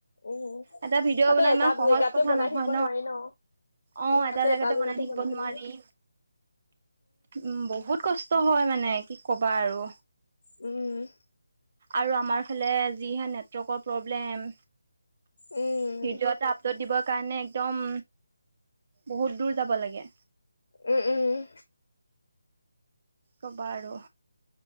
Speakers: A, on the left; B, on the right.
A: উম।
B: এটা ভিডিঅ'
A: তাতে
B: বনোৱা
A: এটা
B: ইমান
A: দু
B: সহজ
A: জেগাতে
B: কথা
A: বনাই
B: নহয়
A: থাকিব নোৱাৰি ন'।
B: অ'
A: উম,
B: এটা
A: তাতে
B: জেগাতে বনাই থাকিব
A: বনাব
B: নোৱাৰি,
A: নোৱাৰে।
B: উম বহুত কষ্ট ষ্ট হয় মানে, কি ক'বা আৰু।
A: উম, উম।
B: আৰু আমাৰ ফালে যিহে নেটৱৰ্কৰ প্ৰব্লেম,
A: উম,
B: ভিডিঅ' এটা আপ লোড দিবৰ কাৰণে একদম, বহুত দূৰ যাব লাগে।
A: উম, উম, উম।
B: ক'বা আৰু।